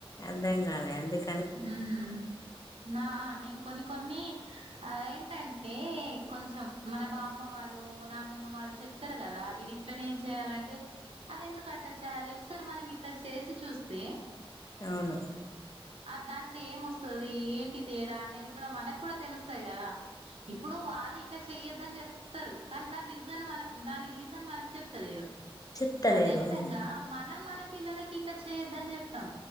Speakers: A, on the left; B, on the right.
A: అర్ధం గాలే అందుకే
B: ఉమ్ నా నేను కొన్ని కొన్ని ఆ ఏంటంటే కొంచెం మన బామ్మ వాళ్ళు నానమ్మ వాళ్ళు చెప్తరు గదా ఇది ఇట్లనే చేయాలంటే అది ఎందుకు అట్లా చేయాలి ఒకసారి మనం ఇట్లా చేసి చూస్తే
A: అవును
B: అ దాంట్లో ఏమొస్తది ఏంటి తేడా అనేది కూడా మనకు కూడా తెలుస్తది గదా ఇప్పుడు వాళ్ళు ఇట్లా చెయొద్దని జెప్ప చెప్తరు కానీ దాని రీజన్ మన దాని రీజన్ మనకి చెప్తలేరు
A: చెప్తలేరు
B: అదే విధంగా
A: అవును
B: మనం మన పిల్లలకి ఇట్లా చేయొద్దని జెప్తాం